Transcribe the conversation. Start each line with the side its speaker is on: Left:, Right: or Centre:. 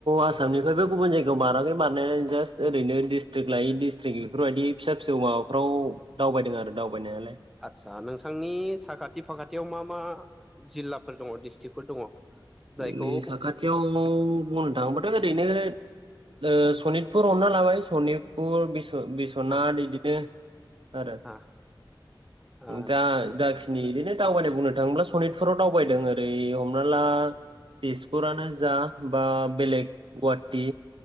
Right: आसामनिफ्रायबो गुबुन जायगायाव बाराखै बारनाया जास्ट ओरैनो डिस्ट्रिक्ट लायै डिस्ट्रिक बेफोरबायदि फिसा फिसौ माबाफ्राव दावबायदों आरो दावबायनायालाय
Centre: आतसा नोंथांनि साखाथि फाखा थियाव मा मा जिल्लाफोर दङ डिस्ट्रिक्फोर दङ जायखौ
Right: जोंनि साखाथियाव बुंनो थांङोब ओरैनो ओ सनितपुर हमना लाबाय सनिपुर बि ओ बिसनाथ
Centre: हा
Right: इदिनो आरो
Centre: हा हा
Right: जा जाखि जोंनि इदिनो दावबायनो बुंनो थांङोब्ला सनितपुराव दावबायदों ओरै हमना ला तेजपुरानो जा बा बेलेग गुवाटि